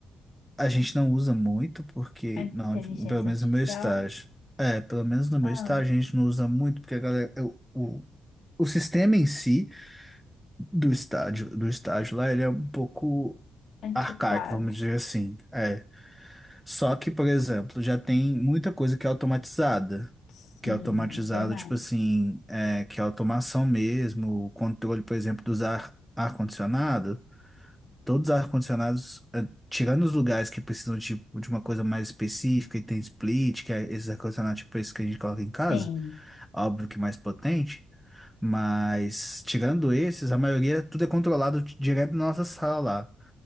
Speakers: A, in the centre; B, on the left.
A: a gente não usa muito, porque,
B: A inteligência
A: não, pelo menos
B: artificial?
A: no meu estágio. É, pelo menos no meu
B: Ah,
A: estágio a gente não usa muito, porque a galera, o, o o sistema em si. do estádio, do estádio lá, ele é um pouco
B: antiquado.
A: arcaico, vamos dizer assim. É. Só que, por exemplo, já tem muita coisa que é automatizada.
B: Sim,
A: Que é automatizada,
B: é verdade.
A: tipo assim, é, que é automação mesmo, o controle, por exemplo, dos ar, ar-condicionado. Todos os ar-condicionados, é, tirando os lugares que precisam de, de uma coisa mais específica, e tem split, que é esses ar-condicionados, tipo esse que a gente coloca em casa,
B: Sim.
A: óbvio que mais potente. Mas, tirando esses, a maioria tudo é controlado di- direto na nossa sala lá.